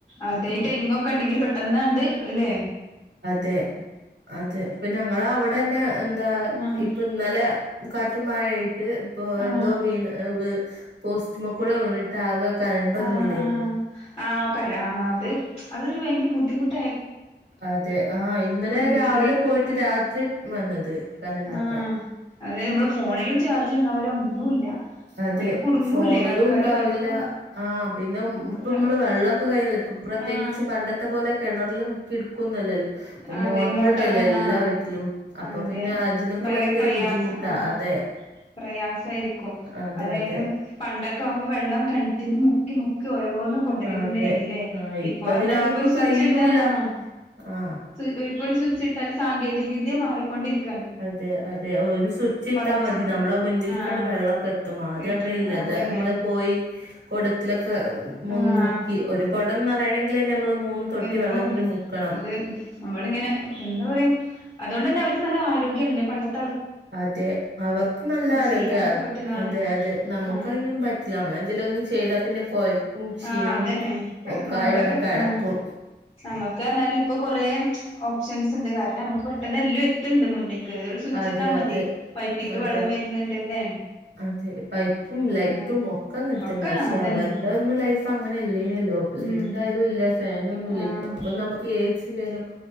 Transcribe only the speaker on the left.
അതെ
തെങ്ങൊക്കെണ്ടെങ്കിൽ പെ പെട്ടന്നാണ്ട് ഇല്ലെ
ആഹ്
ആഹ്
ആഹ്
ആഹ് ആഹ് കരാ ആഹ് അഹ് അത് അതൊരു ഭയങ്കര ബുദ്ധിമുട്ട
വീട്ടില്
കര
ആഹ് അതെ മ്മൾ ഫോണിലും ചാർജ്ണ്ടാവില്ല ഒന്നുല്ല
വൈ കുടുങ്ങൂലേ
ആൾക്കാര്
ഭയങ്കര
ഒര്
ആഹ്
അതെ
മോട്ടറാണ്
ആഹ്
അതെ
പ്രയാസം
ആഹ്
പ്രയാസായിരിക്കും
അതായത്
പണ്ടക്കാമ്പോ വെള്ളം കെണറ്റിന്ന് മുക്കി മുക്കി ഓരോന്നു കൊണ്ടെരന്നേയിന്നില്ലെ
ഇപ്പൊറന്നല്
ഇപ്പൊ ഒരു സ്വിച്ച്
ട്ടാ ആഹ്
സു ഇപ്പൊ ഒരു ഒരു സ്വിച്ച് ഇട്ടാൽ സാങ്കേതികവിദ്യ മാറിക്കൊണ്ടിരിക്ക
വളർച്ച
ആഹ്
എത്തുന്നു
അതന്നെ
ആഹ്
<unintelligible>
അത് നമ്മളിങ്ങനെ എന്താ പറയാ അത് അതോണ്ടന്നെ അവര്ക്ക് നല്ല ആരോഗ്യാണ്ല്ലേ പണ്ടത്ത്
ചെയ്യാനൊക്കെ
പറ്റുന്നതാണ്
ആഹ്
ആഹ് അതന്നെ കാരണം
നമ്മളൊക്കെ
ആഹ് നമ്മക്ക് പ‌റഞ്ഞാല് ഇപ്പൊ കൊറേ ഓപ്ഷൻസ് ഇണ്ട് കാരണം നമ്മക്ക് പെട്ടെന്ന് എല്ലോം എത്തണ്ട് മുന്ന്ക്ക് ചെറിയ ഒരു സുച്ചിട്ടാ
മതി
പൈപ്പിക്ക്
വെള്ളം വെരുന്നുണ്ട് ല്ലേ
ആഹ്
ഒക്കെ
അതന്നെ
ഉം
ആഹ്